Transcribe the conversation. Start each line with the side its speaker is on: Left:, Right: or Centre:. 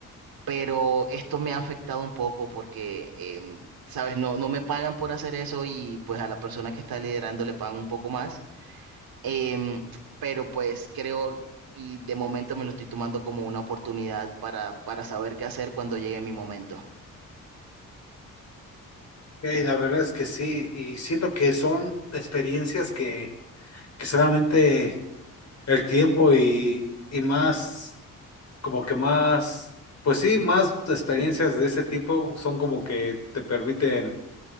Right: pero esto me ha afectado un poco porque, em, sabes, no, no me pagan por hacer eso y pues a la persona que está liderando le pagan un poco más. Em, pero pues creo y de momento me lo estoy tomando como una oportunidad para, para saber qué hacer cuando llegue mi momento.
Left: Ey, la verdad es que sí, y siento que son experiencias que, que solamente el tiempo y, y más, como que más, pues sí, más experiencias de ese tipo son como que te permiten